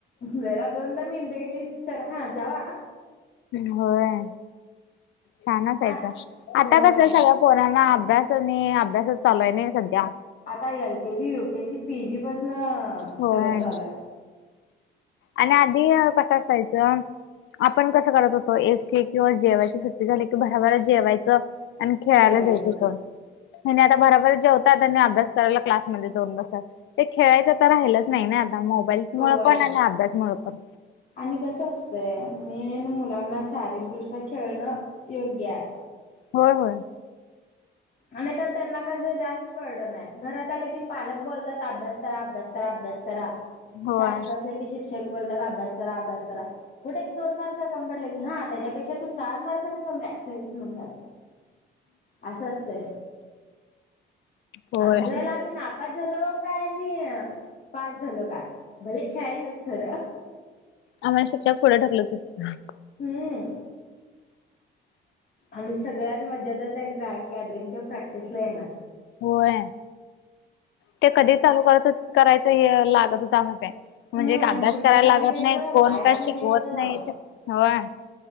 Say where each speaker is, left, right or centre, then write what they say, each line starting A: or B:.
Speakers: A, on the left (about 45°); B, on the left (about 70°).
A: जरा दोनदा मिनट गेली सर हा जावा
B: होय छान असायचं
A: आ-
B: आता
A: होय
B: कस सगळं पोरांना अभ्यास आणि अभ्यासच चालू आय नय सध्या
A: आता L K G, U K G, P G पासन
B: होय
A: सगळं चालू आय.
B: आणि आधी कसं असायचं आपण कसं करत होतो एकची किंवा जेवायची सुट्टी झाली की भराभर जेवायचं आणि खेळायला
A: खेळायचं.
B: जायचो पण ह्यांनी आता भराभरा जेवतात आणि अभ्यास करायला क्लासमध्ये जाऊन बसतात. ते खेळायचं तर राहिलंच नाही ना आता मोबाईल
A: होय
B: मुळ पण आणि अभ्यासमुळ पण
A: आणि कसं असतंय मेन मुलांना शारीरिक दृष्ट्या खेळणं योग्य आय.
B: होय होय.
A: हा नाय त त्यांना काय अस जास्त पडन नाय घरात आलं की पालक बोलतात अभ्यास करा अभ्यास करा अभ्यास करा
B: होय
A: शाळेत असले की शिक्षक बोलतात अभ्यास करा अभ्यास करा कुठे एक दोन मार्क कमी पडले की हा त्याच्यापेक्षा तू चार मार्कांन कमी आलास म्हणतात. असं असतय
B: होय
A: आमच्या वेळेला आम्ही नाप पास झालो काय मी पास झालो काय भले खेळायचंच खरं
B: आम्हाला शिक्षक पुढ ढकलत होत..
A: हूं आणि सगळ्यात मज्जा त त्या ग्रा गॅदरिंगच्या प्रॅक्टिसला येणार.
B: होय ते कधी चालू करतच करायचं हे लागत होत आम्हास काय म्हणजे
A: हम्म
B: काय
A: आणि
B: अभ्यास
A: कुठलं
B: करायला
A: गाणं
B: लागत
A: घ्यायचं
B: नाहीत कोण
A: गाणं
B: काय शिकवत
A: घ्यायचं
B: नाहीत होय.